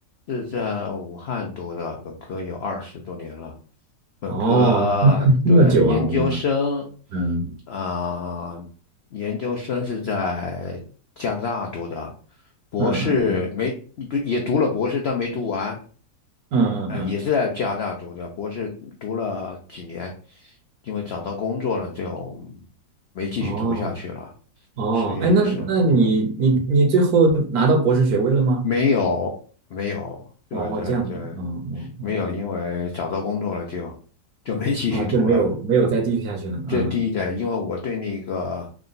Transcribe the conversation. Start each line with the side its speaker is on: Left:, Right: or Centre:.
Left: 是在武汉读的，本科有二十多年了。本科对研究生，
Right: 哦，<laughs> 这么久啊，我的妈！嗯
Left: 啊、研究生是在加拿大读的，博士没不也读了博士，
Right: 嗯嗯
Left: 但没读完，
Right: 嗯嗯嗯，
Left: 呃，也是在加拿大读的，博士读了几年，因为找到工作了就没继续读下去了，
Right: 哦哦，
Left: 所以说。
Right: 哎，那那你你你最后拿到博士学位了吗？
Left: 没有，没有，对对对，
Right: 哦哦，这样子，哦哦，OK，
Left: 没有，因为找到工作了就就没继续读了。
Right: 嗯啊，就没有没有再继续下去了啊。
Left: 这第一点，因为我对那个